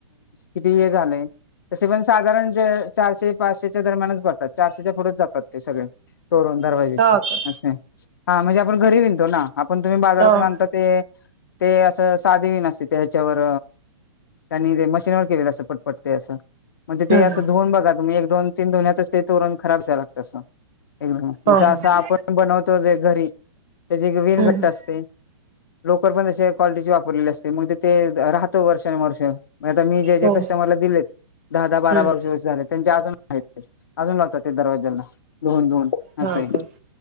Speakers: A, on the left; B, on the right.
A: किती हे झालंय तसे पण साधारण ज... चारशे पाचशेच्या दरम्यानच भरतात चारशेच्या पुढेच जातात ते सगळे... तोरण दरवाजेची
B: का
A: असे हा म्हणजे आपण घरी विणतो ना... आपण तुम्ही बाजारातून
B: तर
A: आणता ते ते असं साधी विण असते. त्याच्यावर त्यांनी ते मशीनवर केलेलं अस पटपटते असं. म्हणजे ते
B: हम्
A: असं धुवून बघा तुम्ही एक दोन तीन धुन्यातच ते तोरण खराब झाला तसं.. एकदम म्ह
B: हम हो हो हम्
A: असं आपण बनवतो जे घरी त्याची एक विण
B: हम
A: घट्ट असते. लोकरल पण त क्वालिटीची वापरलेली असते मग ते ते राहतं वर्षानु वर्ष... म आता मी जे जे
B: हो
A: कस्टमरला दिलेत दहा दहा बारा
B: हम्म
A: बाारे वर्ष झाले.. त्यांचे अजून मा अजून लावतात ते दरवाज्याला धुवून धुवून.
B: हा
A: असं आहे
B: का